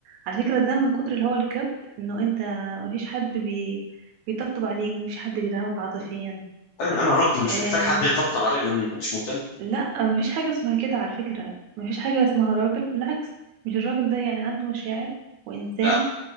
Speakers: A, on the right; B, on the left.
A: على فكرة ده من كتر اللي هو الكبت انه انت مفيش حد بي... بيطبطب عليك مفيش حد بيدعمك عاطفيا
B: انا انا راجل مش
A: إيه...
B: محتاج حد يطبطب عليا لان محدش مهتم
A: لا مفيش حاجة اسمها كده على فكرة مفيش حاجة اسمها راجل بالعكس مش الراجل ده يعني عنده مشاعر وانسان
B: لا